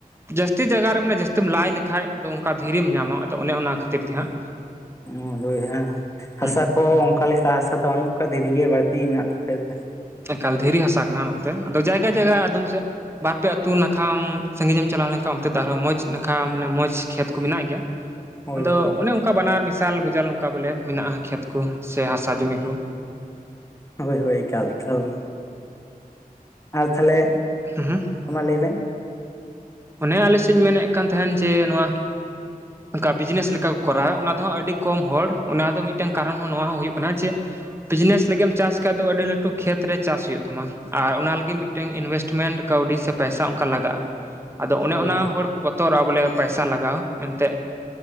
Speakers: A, on the right; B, on the left.
A: ᱡᱟᱹᱥᱛᱤ ᱡᱟᱭᱜᱟ ᱨᱮ ᱢᱟᱱᱮ ᱡᱟᱹᱥᱛᱤᱢ ᱞᱟᱭ ᱞᱮᱠᱷᱟᱡ ᱫᱚ ᱚᱱᱠᱟ ᱫᱷᱤᱨᱤᱢ ᱧᱟᱢᱟ ᱟᱫᱚ ᱚᱱᱮ ᱚᱱᱟ ᱠᱷᱟᱹᱛᱤᱨ ᱛᱮᱦᱟᱸᱜ
B: <unintelligible> ᱦᱟᱥᱟ
A: ᱦᱩᱸ
B: ᱠᱚ ᱚᱱᱠᱟ ᱞᱮᱠᱟ ᱦᱟ ᱦᱟᱥᱟ ᱫᱚ ᱵᱟᱹᱱᱩᱜ ᱠᱚᱣᱟ ᱫᱷᱤᱨᱤ ᱜᱮ ᱵᱟᱹᱲᱛᱤ ᱢᱮᱱᱟᱜ ᱛᱟᱯᱮ ᱛᱟᱦᱮᱸᱫ
A: ᱮᱠᱟᱞ ᱫᱷᱤᱨᱤ ᱦᱟᱥᱟ ᱠᱟᱱᱟ ᱱᱚᱛᱮ ᱟᱫᱚ ᱡᱟᱭᱜᱟ ᱡᱟᱭᱜᱟ ᱟᱫᱚᱢ ᱥᱮᱫ ᱵᱟᱨ ᱯᱮ ᱟᱹᱛᱩ ᱱᱟᱠᱷᱟᱢ ᱥᱟᱺᱜᱤᱧᱮᱢ ᱪᱟᱞᱟᱣ ᱞᱮᱱᱠᱷᱟᱱ ᱚᱱᱛᱮ ᱫᱚ ᱟᱨᱦᱚᱸ ᱢᱚᱸᱡᱽ ᱱᱟᱠᱷᱟ ᱢᱟᱱᱮ ᱢᱚᱸᱡᱽ ᱠᱷᱮᱛ ᱠᱚ ᱢᱮᱱᱟᱜ ᱜᱮᱭᱟ
B: <inaudible>
A: ᱟᱫᱚ
B: ᱦᱳᱭ
A: ᱚᱱᱮ ᱚᱱᱠᱟ ᱵᱟᱱᱟᱨ ᱢᱮᱥᱟᱞ ᱜᱡᱟᱞ ᱚᱱᱠᱟ ᱵᱚᱞᱮ ᱢᱮᱱᱟᱜᱼᱟ ᱠᱷᱮᱛ ᱠᱚ ᱥᱮ ᱦᱟᱥᱟ ᱡᱩᱢᱤ ᱠᱚ
B: ᱦᱳᱭ ᱦᱳᱭ ᱮᱠᱟᱞ ᱮᱠᱟᱞ ᱟᱨ ᱛᱟᱦᱚᱞᱮ
A: ᱦᱩᱸ
B: ᱢᱟ ᱞᱟᱹᱭ ᱵᱮᱱ
A: ᱢᱟᱱᱮ ᱟᱞᱮ ᱥᱮᱫ ᱤᱧ ᱢᱮᱱᱮᱫ ᱠᱟᱱ ᱛᱟᱦᱮᱱ ᱡᱮ ᱱᱚᱣᱟ
B: <inaudible>
A: ᱚᱱᱠᱟ ᱵᱤᱡᱽᱱᱮᱥ ᱞᱮᱠᱟ ᱠᱚ ᱠᱚᱨᱟᱣᱟ ᱚᱱᱟ ᱫᱚ ᱦᱟᱸᱜ ᱟᱹᱰᱤ ᱠᱚᱢ ᱦᱚᱲ ᱚᱱᱟ ᱫᱚ ᱢᱤᱫᱴᱮᱱ ᱠᱟᱨᱚᱱ ᱦᱚᱸ ᱱᱚᱣᱟ ᱦᱚᱸ ᱦᱩᱭᱩᱜ ᱠᱟᱱᱟ ᱡᱮ ᱵᱤᱡᱽᱱᱮᱥ ᱞᱟᱹᱜᱤᱫ ᱮᱢ ᱪᱟᱥ ᱠᱷᱟᱡᱽ ᱫᱚ ᱟᱹᱰᱤ ᱞᱟᱹᱴᱩ ᱠᱷᱮᱛ ᱨᱮ ᱪᱟᱥ ᱦᱩᱭᱩᱜ ᱛᱟᱢᱟ ᱟᱨ ᱚᱱᱟ ᱞᱟᱹᱜᱤᱫ ᱢᱤᱫᱴᱮᱱ ᱤᱱᱵᱷᱮᱥᱴᱢᱮᱱᱴ ᱠᱟᱹᱣᱰᱤ ᱥᱮ ᱯᱚᱭᱥᱟ ᱚᱱᱠᱟ ᱞᱟᱜᱟᱜᱼᱟ᱾ ᱟᱫᱚ ᱚᱱᱮ
B: ᱦᱳᱭ
A: ᱚᱱᱟ ᱦᱚᱲ ᱠᱚ ᱵᱚᱛᱚᱨᱚᱜᱼᱟ ᱵᱚᱞᱮ ᱯᱟᱭᱥᱟ ᱞᱟᱜᱟᱣ ᱮᱱᱛᱮᱫ